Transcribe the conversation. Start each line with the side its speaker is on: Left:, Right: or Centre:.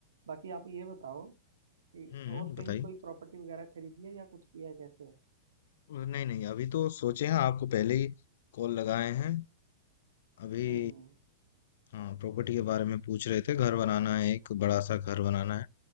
Right: बाकी आप ये बताओ कि
Left: हम्म
Right: और कहीं
Left: बताइए
Right: कोई प्रॉपर्टी वगैरह खरीदी है या कुछ किया है कैसे है
Left: नहीं नहीं अभी तो सोचे हैं आपको पहले ही कॉल लगाए हैं अभी
Right: हम्म
Left: हाँ प्रॉपर्टी के बारे में पूछ रहे थे घर बनाना है एक बड़ा सा घर बनाना है